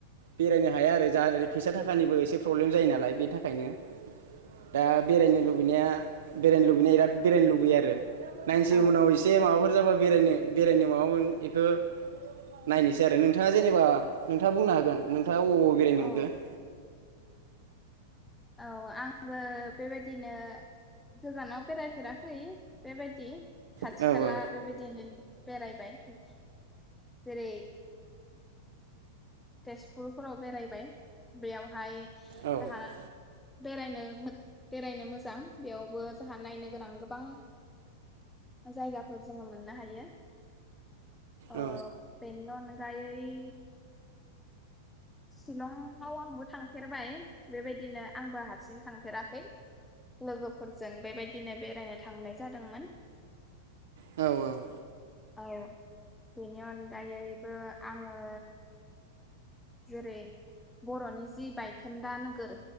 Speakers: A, on the right; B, in the centre.
A: बेरायनो हाया आरो जा आरो फैसा थाखानिबो एसे प्रब्लेम जायो नालाय बेनि थाखायनो दा बेरायनो लुबैनाया बेरायनो लुबैनाय बिराद बेरायनो लुबैयो आरो नाइनोसै
B: औ
A: उनाव एसे माबाफोर जाबा बेरायनो बेरायनो माबामोन इखो नायनोसै आरो नोंथाङा जेनेबा नोंथाङा बुंनो हागोन नोंथ था अबाव अबाव बेरायनो
B: औ
A: मोनखो <inaudible>
B: औ आंबो बेबायदिनो गोजानाव बेरायफेराखै बेबायदि खाथि
A: औ
B: खाला
A: औ
B: बेबायदिनो बेरायबाय जेरै तेजपुरफोराव बेरायबाय बेयावहाय
A: औ
B: जाहा बेरायनो मोट बेरायनो मोजां बेयावबो जोंहा नायनो गोनां गोबां जायगाफोर जोङो मोननो हायो ओ
A: औ
B: पेनिअन गायै शिलंआव आंबो थांफेरबाय बेबायदिनो आंबो हारसिं थांफेराखै लोगोफोरजों बेबायदिनो बेराय थांनाय जादोंमोन
A: औ औ
B: औ बेनि अनगायैबो आङो जेरै- बर'नि जि बायखोन्दा नोगोर